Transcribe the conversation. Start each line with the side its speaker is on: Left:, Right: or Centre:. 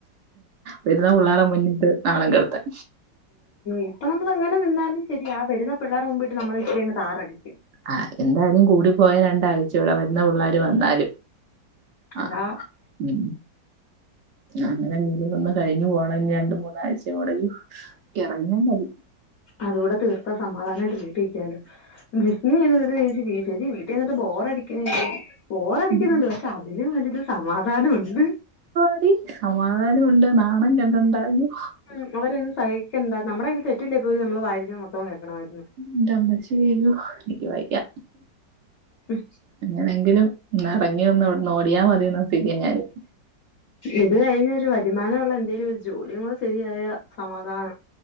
Right: വരുന്നാ പിള്ളേരുടെ മുന്നിട്ട് നാണം കിടുത്താൻ
Left: ഇപ്പൊ നമ്മളെങ്ങനെ നിന്നാലും ശരി ആഹ് വരുന്ന പിള്ളേർ മുമ്പീട്ട് നമ്മൾ ഇച്ചരിങ് താറടി
Right: ആഹ് എന്തായാലും കൂടി പോയ രണ്ടാഴ്ച ഇൂടെ വരുന്ന പിള്ളേർ വന്നാലും ആഹ്
Left: അതാ
Right: ഉം അങ്ങനെ ഒന്ന് കഴിഞ്ഞു പോകണം ഇനി രണ്ട് മൂന്ന് ആഴ്ച്ചെകൂടെ അയോ ഇറങ്ങിയാ മതി
Left: അതുകൂടെ തീർത്ത സമാധാനമായിട്ട് വീട്ടീരിക്കാലോ നീ <unintelligible> ശരി വീട്ടി ഇരുന്നിട്ട് ബോറടിക്കണില്ലേ ബോറടിക്കുന്നുണ്ട്,
Right: മതി
Left: പക്ഷെ അതിലും വലുത് സമാധാനവൊണ്ട്.
Right: ആടീ സമാധാനം ഒണ്ട് നാണം കെടണ്ട. അയ്യോ.
Left: ഉം അവരെയൊന്നും സഹിക്കണ്ട. നമ്മടെ കയ്യിൽ തെറ്റില്ലേ പോലും നമ്മള് വായിരിക്കണെ മൊത്തം കേക്കണായിരുന്നു.
Right: ൻ്റെമ്മച്ചിയേ യ്യോ, എനിക്ക് വയ്യ.
Left: ഉം.
Right: എങ്ങനെങ്കിലും ഒന്ന് എറങ്ങി ഒന്ന് ഇവിടന്ന് ഓടിയാ മതീന്ന സ്ഥിതിയാ ഞാനിപ്
Left: ഇത് കഴിഞ്ഞ് ഒരു വരുമാനമുള്ള എന്തേലും ഒരു ജോലി കൂടി ശരിയായാ സമാധാനം.